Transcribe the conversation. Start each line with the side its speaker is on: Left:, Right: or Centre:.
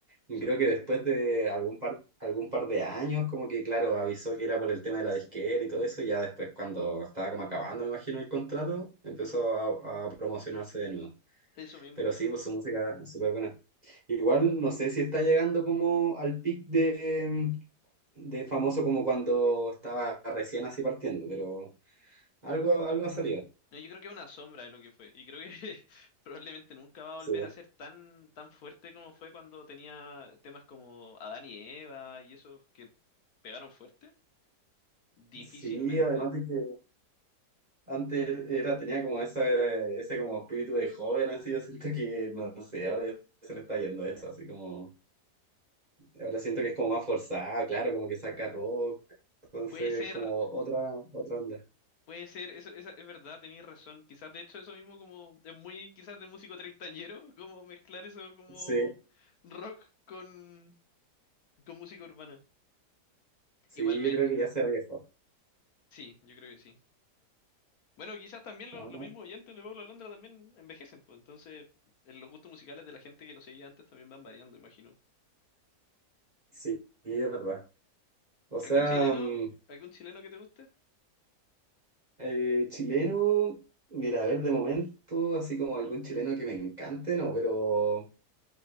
Right: Y
Left: Desapareció.
Right: creo que después de algún par, algún par de años, como que claro, avisó que era por el tema de la disquera y todo eso, y ya después cuando estaba como acabando, me imagino, el contrato, empezó a, a promocionarse de nuevo.
Left: Eso mismo
Right: Pero
Left: pasó.
Right: sí, pues su música es súper buena. Igual no sé si está llegando como al pic de, de famoso como cuando estaba recién así partiendo, pero algo, algo ha salido.
Left: No, yo creo que es una sombra de lo que fue. Y creo que <laughs> probablemente nunca va a volver
Right: Sí,
Left: a ser tan, tan fuerte como fue cuando tenía temas como Adán y Eva y esos que pegaron fuerte. Difícilmente.
Right: sí, además de que antes era, tenía como ese, ese como espíritu de joven, así yo siento que, no sé, ahora ya se le está yendo eso, así como, ahora siento que es como más forzado, claro, como que saca rock, entonces
Left: Puede ser,
Right: como otra, otra onda.
Left: puede ser, eso, esa- es verdad, tenías razón. Quizás de hecho eso mismo como es muy quizás de músico treintañero, como mezclar eso como
Right: Sí,
Left: rock con, con música urbana.
Right: sí,
Left: Igual me,
Right: yo creo que ya se ha viejo.
Left: sí, yo creo que sí. Bueno, quizás también lo-
Right: Ahora,
Left: los mismos oyentes de Pablo Alondra también envejecen, pues entonces eh, los gustos musicales de la gente que lo seguía antes también van variando, imagino.
Right: sí, es verdad. O
Left: ¿Y
Right: sea,
Left: ¿Algún chileno?
Right: mm,
Left: ¿Algún chileno que te guste?
Right: Eh, chileno, mira, a ver, de momento, así como algún chileno que me encante, no, pero